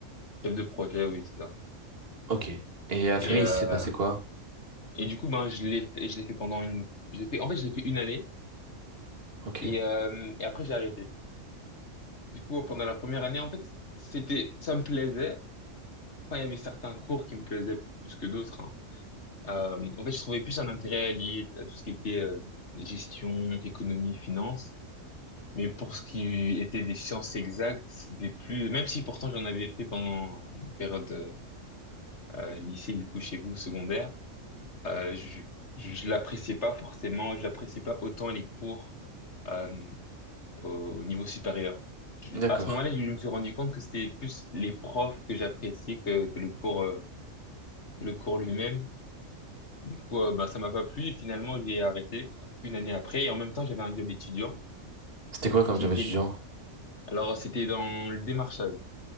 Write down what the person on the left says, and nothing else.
Chef de projet, oui, c'est ça.
Et,
euh,
et du coup, ben, je l'ai fait, je l'ai fait pendant une, j'ai fait, en fait, je l'ai fait une année
et, euh, et après, j'ai arrêté. Du coup, pendant la première année, en fait, c'était, ça me plaisait. Enfin, il y avait certains cours qui me plaisaient plus que d'autres, hein. Euh, en fait, je trouvais plus un intérêt lié à tout ce qui était euh, gestion, économie, finance. Mais pour ce qui était des sciences exactes, c'était plus, même si pourtant j'en avais fait pendant ma période euh, lycée, du coup, chez vous, secondaire. Euh, je je, je l'appréciais pas forcément, je l'appréciais pas autant les cours euh, au, au niveau supérieur. Je-
à ce moment-là, je me suis rendu compte que c'était plus les profs que j'appréciais que, que le cours euh, que le cours lui-même. Du coup, euh, ben, ça m'a pas plu et finalement j'ai arrêté une année après. Et en même temps, j'avais un job étudiant
qui
était
alors c'était dans le démarchage,